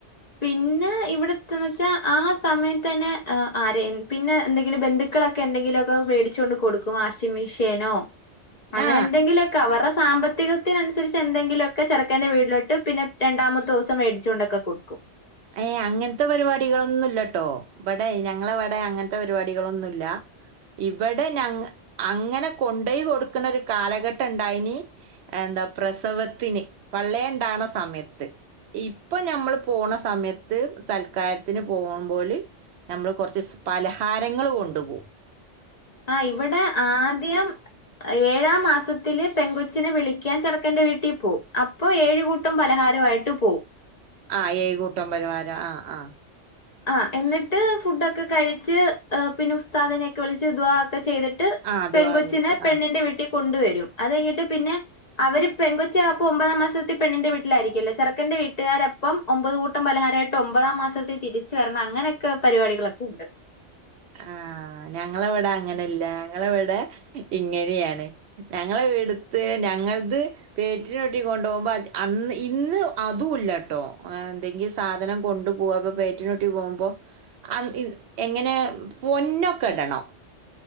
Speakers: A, on the left (about 45°); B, on the right (about 65°).
A: പിന്നെ ഇവിടെത്ത്ന്ന് വെച്ചാ ആസ് സമയത്തന്നെ ഹ് ആരെ പിന്നെ എന്തെങ്കിലും ബന്ധുക്കളൊക്കെ എന്തെങ്കിലൊക്കെ മേടിച്ചു കൊണ്ട് കൊടുക്കും വാഷിംഗ്‌ മെഷ്യനോ അങ്ങനെ
B: ആ
A: എന്തെങ്കിലൊക്കെ അവരെ സാമ്പത്തിക ത്തിനനുസരിച്ച് എന്തെങ്കിലൊക്കെ ചെർക്കന്റെ വീട്ടിലോട്ട് പിന്നെ രണ്ടാമത്തൊസം മേടിച്ചുണ്ടൊക്കെ കൊടുക്കും
B: ഏ അങ്ങനത്തെ പരിപാടികളൊന്നുംല്ലട്ടോ ബടെ ഞങ്ങളെവിടെ അങ്ങനത്തെ പരിപാടികളൊന്നുല്ല ഇവിടെ ഞങ്ങ അങ്ങനെ കൊണ്ടോയി കൊടുക്കണ ഒരു കാലഘട്ടം ഇണ്ടായിനി എന്താ പ്രസവത്തിന് പള്ളെ ഉണ്ടാണ സമയത്ത് ഇപ്പൊ ഞമ്മൾ പോണ തമയത്ത് സൽക്കാരത്തിന് പോകുമ്പോല് നമ്മൾ കുറച്ച് പലഹാരങ്ങൾ കൊണ്ടു പോകും
A: ആ ഇവിടെ ആദ്യം ഏഴാം മാസത്തിൽ പെൺ കൊച്ചിനെ വിളിക്കാൻ ചെർക്കന്റെ വീട്ടിൽ പോവും അപ്പൊ ഏഴ് കൂട്ടം പലഹാരവായിട്ട് പോ
B: ആ ഏകൂട്ടം പലഹാരം ആ ആ
A: ആ എന്നിട്ട് ഫുഡൊക്കെ കഴി ച്ച് പിന്നെ ഉസ്താദിനെയൊക്കെ വിളിച്ച് ദുആ ക്കെ ചെയ്തിട്ട്
B: ആഹ്
A: പെൺ
B: ദുആ
A: കൊച്ചിനെ
B: ചെയ്ത്.
A: പെണ്ണിന്റെ
B: ആഹ്.
A: വീട്ടി കൊണ്ടു വരും അത് കഴിഞ്ഞിട്ട് പിന്നെ അവര് പെൺ കൊച്ച് അപ്പോ ഒമ്പതാം മാസത്തി പെണ്ണിന്റെ വീട്ടിലായിരിക്കല്ലോ ചെർക്കന്റെ വീട്ടുക്കാര് അപ്പം ഒമ്പത് കൂ ട്ടം പലഹാരായിട്ട് ഒമ്പതാം മാസം ച്ച് വരണം അങ്ങനെയെക്കെ പരിവാടികളൊക്കെ ഇണ്ട്.
B: ആ ഞങ്ങളെവിടെ അങ്ങനെല്ല ഞങ്ങളെവിടെ ഇങ്ങനെയാണ്. ഞങ്ങളെ ഇവിടുത്ത് ഞങ്ങൾത് പേറ്റിനൂട്ടി കൊണ്ടൊവുമ്പോ അന്ന് ഇന്ന് അതുല്ലട്ടോ ഏ എന്തെങ്കിം സാധനം കൊണ്ടു പോവ് അപ്പ പേറ്റിനൂട്ടി പോവുമ്പോ അ ഇന് എങ്ങനെ പൊന്നൊക്കെടണം.